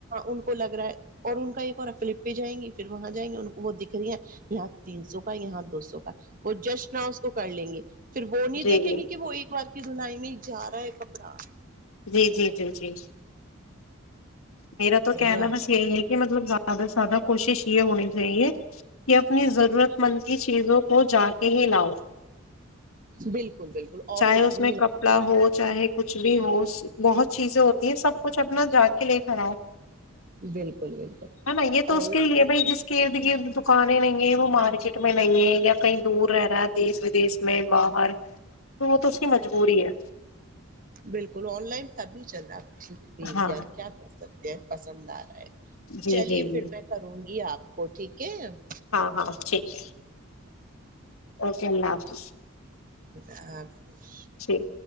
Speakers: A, on the right (about 40°); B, on the left (about 85°).
A: ان کو لگ رہا ہے اور ان کا ایک اور رہا ہے فلپ پے جائیں گے پھر وہاں جائیں گے ان کو وہ دکھ رہی ہے یہاں تین سو کا یہاں دو سو کا وہ جسٹ نہ اس کو کر لیں گے پھر وہ نہیں
B: جی
A: دیکھیں
B: جی
A: گے کہ وہ ایک ار کی دھلائی میں جا رہا ہے کپڑا
B: جی جی جی جی میرا تو
A: بڑھیا
B: کہنا بس یہی ہے کہ مطلب زیاد زیادہ کوشش ہونی چاہیے اپنی ضرورت مند کی چیزوں کو جا کے ہی لاؤ
A: بالکل بالکل آف
B: چاہے
A: لائن
B: اس میں
A: ہی ل
B: کپڑا ہو چاہے کچھ بھی ہو بہت چیزیں ہوتی ہیں سب کچھ اپنا ج لے کھڑا ہے
A: بالکل بالکل
B: ن یہ
A: آن
B: تو اس
A: لائن
B: کے لیے
A: میں
B: بائی جس ک دکانیں نہیں ہے وہ مارکیٹ میں نہیں ہے یا کہیں دور رہ رہا ہے دیش ودیش میں باہر تو وہ تو اس کی مجبوری ہے
A: بالکل آن لائن تبھی چلندا
B: ہاں
A: یار کیا کر سکتے ہیں پسند آ رہا ہے
B: جی
A: چلیے
B: جی
A: پھر
B: جی
A: میں کروں گی آپ کو ٹھیک ہےو
B: ہاں ہاں ٹھیک ہے اوکے اللہ حافظ
A: خ حفظ
B: ٹھیک